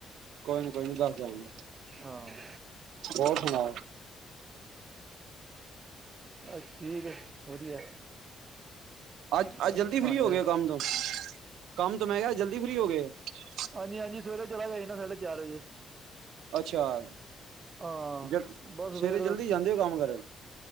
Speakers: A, on the right; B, on the right.
A: ਕੋਈ ਨੀਂ। ਕੋਈ ਨੀ ਦੱਸ ਦੇਆਂਗੇ।
B: ਹਾਂ
A: ਹੋਰ ਸੁਣਾਓ।
B: ਬਸ ਠੀਕ ਏ, ਵਧੀਆ
A: ਅੱਜ
B: ਅਹ
A: ਅਜ ਜਲਦੀ ਫ੍ਰੀ
B: ਭਾਂਡੇ
A: ਹੋ ਗਏ ਹੋ ਕੰਮ ਤੋਂ ਕੰਮ ਤੋ ਮੈਂ ਕਿਆ ਜਲਦੀ ਫਰੀ ਹੋ ਗਏ ਓ। <unintelligible>
B: ਹਾਂਜੀ, ਹਾਂਜੀ, ਸਵੇਰੇ ਚਲਾ ਗਿਆ ਸੀ ਨਾ ਸਾਢੇ ਚਾਰ ਵਜੇ।
A: ਅ ਚਾਰ
B: ਹਾਂ
A: ਜ
B: ਬਸ
A: ਸਵੇਰੇ
B: ਫਿਰ
A: ਜਲਦੀ ਜਾਂਦੇ ਹੋ ਕੰਮ ਕਰਣ।